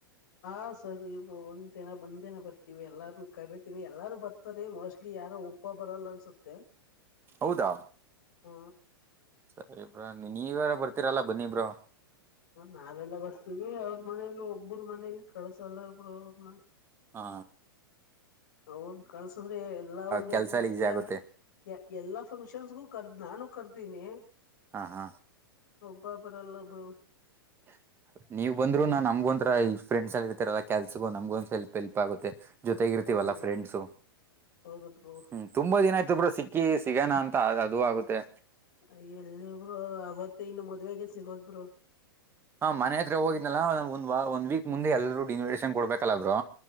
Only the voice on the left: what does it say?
ಹ ಸರ್ ಇವ್ರು ಒಂದ್ ದಿನ ಬಂದ್ ದಿನ ಬರ್ತೀವಿ ಎಲ್ಲಾರ್ನು ಕರಿತೀನಿ. ಎಲ್ಲಾರು ಬರ್ತಾರೆ ಮೋಸ್ಟ್ಲಿ ಯಾರೋ ಒಬ್ಬ ಬರಲ್ಲ ಅನ್ಸುತ್ತೆ.
ಹ್ಮ
ನಾವೆಲ್ಲ ಬರ್ತೀವಿ ಅವ್ರ ಮನೇಲಿ ಒಬ್ರು ಮನೇಲಿ ಕಳ್ಸಲ್ಲ ಬ್ರೊ ಅವ್ರನ್ನ.
ಅವರು ಕಳ್ಸದ್ರೆ ಎಲ್ಲಾ ಒಂದ್
ಹತ್ರ
ಇರ್ತಿವಿ
ಆದ್ರೆ ಎಲ್ಲಾ ಫಂಕ್ಷನ್ಸ್ಗು ಕರ್ದ್ ನಾನು ಕರ್ದ ದಿನೇ
ಬ ಬರಲ್ಲ ಬ್ರೊ
ಹೌದು ಬ್ರೋ
ಹೌದು ಬ್ರೋ
ಅ ಎಲ್ಲಿ ಬ್ರೊ ಅವತ್ ಇನ್ನು ಮದ್ವೆೆಗೆ ಸಿಗೋದ್ ಬ್ರೊ